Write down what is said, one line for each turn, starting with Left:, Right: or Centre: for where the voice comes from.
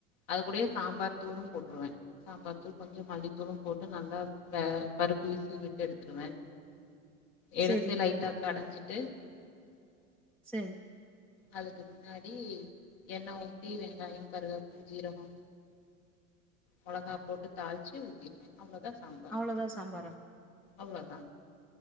Left: அது கூடயே சாம்பார் தூளும் போட்ருவே. சாம்பார் தூள் கொஞ்சோ மல்லித்தூளு போட்டு நல்லா வே பருப்பு விசில் விட்டு எடுத்துருவ. எடுத்து
Centre: செரி
Left: லைட்டா கடஞ்சிட்டு
Centre: செரி
Left: அதுக்கு பின்னாடி எண்ண ஊத்தி வெங்காயோ கருகாப்பில் ஜீரகோ மொளகா போட்டு தாள்ச்சு ஊத்திடுவே அவ்ளோதா சாம்பார்
Centre: அவ்ளோதா சாம்பாரா
Left: அவ்ளோதா